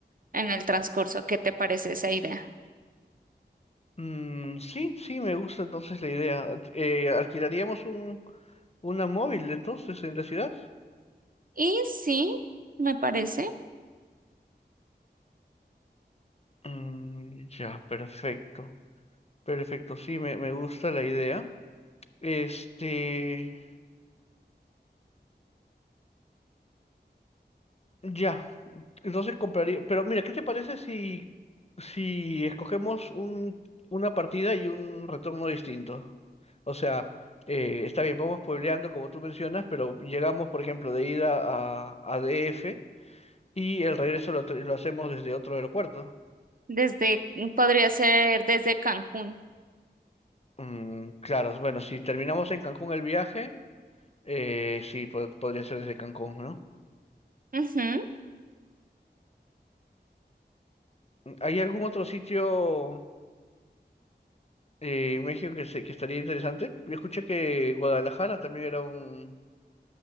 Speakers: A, on the right; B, on the left.
A: en el transcurso. ¿Qué te parece esa idea?
B: Mm, sí, sí, me gusta entonces la idea. Eh, alquilaríamos un, una móvil entonces en la ciudad.
A: Y sí, me parece.
B: Mm, ya, perfecto. Perfecto, sí, me, me gusta la idea. Este, Ya, entonces compraría. Pero mira, ¿qué te parece si, si escogemos un, una partida y un retorno distinto? O sea, eh, está bien, vamos puebleando como tú mencionas, pero llegamos, por ejemplo, de ida a, a DF y el regreso lo, tra- lo hacemos desde otro aeropuerto.
A: Desde, mm, podría ser desde Cancún.
B: Mm, claro, bueno, si terminamos en Cancún el viaje, eh, sí, po- podría ser desde Cancún, ¿no?
A: Ujú.
B: ¿Hay algún otro sitio? eh, México que, se, que estaría interesante. Yo escuché que Guadalajara también era un,